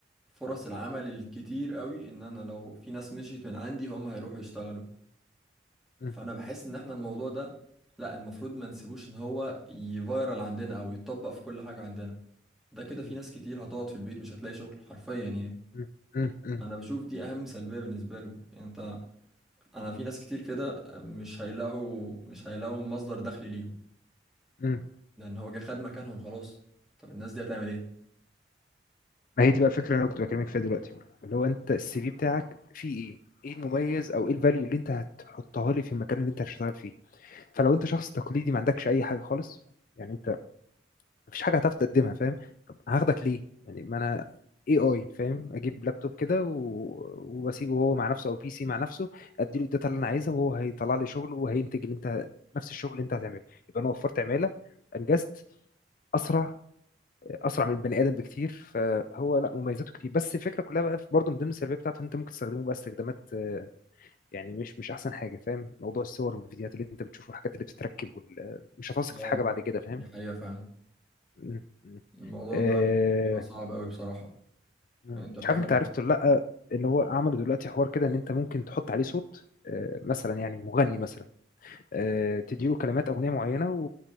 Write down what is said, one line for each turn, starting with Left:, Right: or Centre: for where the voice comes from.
Centre: فرص العمل الكتير قوي ان انا لو في ناس مشيت من عندي هم هيروحوا يشتغلوا
Left: م-
Centre: فانا بحس ان احنا الموضوع ده لا المفروض ما نسيبوش ان هو يفايرال عندنا او يتطبق في كل حاجة عندنا ده كده
Left: م-
Centre: في ناس كتير هتقعد في البيت مش هتلاقي شغل حرفيا يعني
Left: مم. مم. مم.
Centre: انا بشوف دي اهم سلبية بالنسبة له يعني انت انا في ناس كتير كده مش هيلاقوا مش هيلاقوا مصدر دخل ليهم
Left: مم.
Centre: لان هو جه خد مكانهم خلاص طب الناس دي هتعمل ايه
Left: ما هي دي بقى الفكره اللي انا كنت بكلمك فيها دلوقتي اللي هو انت السي في بتاعك فيه ايه؟ ايه المميز او ايه الفاليو اللي انت هتحطها لي في المكان اللي انت هتشتغل فيه؟ فلو انت شخص تقليدي ما عندكش اي حاجه خالص يعني انت مفيش حاجه هتعرف تقدمها فاهم؟ طب هاخدك ليه؟ يعني ما انا اي اي فاهم؟ اجيب لابتوب كده و- واسيبه هو مع نفسه او بي سي مع نفسه اديله الداتا اللي انا عايزها وهو هيطلع لي شغل وهينتج اللي انت نفس الشغل اللي انت هتعمله يبقى انا وفرت عماله انجزت اسرع اسرع من البني ادم بكتير فهو لا مميزاته كتير بس الفكره كلها بقى في- برضه من ضمن السلبيه بتاعته إن انت ممكن تستخدمه بقى استخدامات آه، يعني مش مش احسن حاجه فاهم موضوع الصور والفيديوهات اللي انت بتشوفه والحاجات اللي بتتركب وال- آه، مش هتثق
Centre: اه
Left: في حاجه بعد كده فاهم
Centre: دي حقيقة فعلا
Left: م- م.
Centre: الموضوع
Left: آه،
Centre: ده بيبقى صعب قوي بصراحة
Left: مش
Centre: يعني انت فجأة
Left: عارف انت عرفت ولا لا ان هو عملوا دلوقتي حوار كده ان انت ممكن تحط عليه صوت آه، مثلا يعني مغني مثلا آه، تديله كلمات اغنيه معينه و...